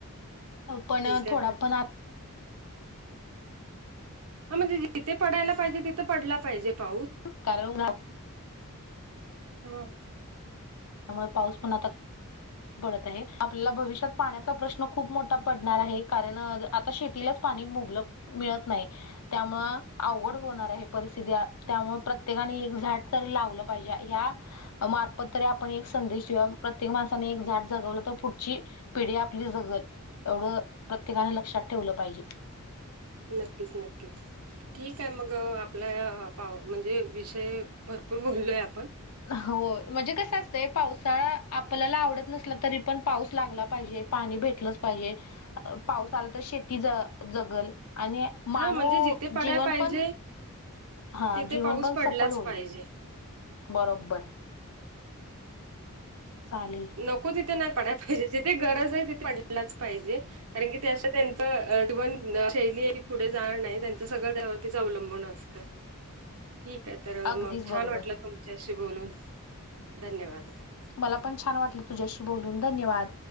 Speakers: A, on the left; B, on the right.
A: पण
B: ठीक आहे.
A: थोडा
B: तर
A: पण आ
B: हा म्हणजे, जिथे पडायला पाहिजे तिथे पडला पाहिजे पाऊस.
A: <unintelligible>
B: हम्म.
A: त्यामुळ पाऊस पण आता पडत आहे, आपल्याला भविष्यात पाण्याचा प्रश्न खूप मोठा पडणार आहे. कारण आता शेतीलाच पाणी मुबलक मिळत नाही, त्यामुळं अवघड होणार आहे परिस्थिती त्यामुळं प्रत्येकाने एक झाड तरी लावलं पाहिजे, ह्या मार्फत तरी आप पण एक संदेश दिऊया, प्रत्येक माणसाने एक झाड जगवलं तर पुढची पिढी आपली जगल. एवढं प्रत्येकानं लक्षात ठेवलं पाहिजे.
B: नक्कीच नक्कीच. ठीकाय मग, आपला पा म्हणजे विषय भरपूर बोललोय आपण
A: होय, म्हणजे कसं असतंय पावसाळा आपल्याला आवडत नसला तरी पण पाऊस लागला पाहिजे, पाणी भेटलंच पाहिजे. अ पाऊस आला तर शेती ज जगल आणि मानव
B: हा म्हणजे जिथे पडाय
A: जीवन
B: पाहिजे
A: पण हा
B: तिथे
A: जीवन
B: पाऊस
A: पण
B: पडलाच
A: सफल होईल,
B: पाहिजे.
A: बरोब्बर. चालेल
B: नको तिथे नाय पडाय पाहिजे जिथे गरज हाय तिथे पडलाच पाहिजे. कारण की ते अशा त्यांचं <unintelligible> शैली ती पुढे जाणार नाही, त्यांचं सगळं त्यावरतीच अवलंबून असत. ठीकाय. तर
A: अगदीच
B: मग
A: बरोबर
B: छान वाटलं तुमच्याशी बोलून, धन्यवाद.
A: मला पण छान वाटलं तुझ्याशी बोलून, धन्यवाद.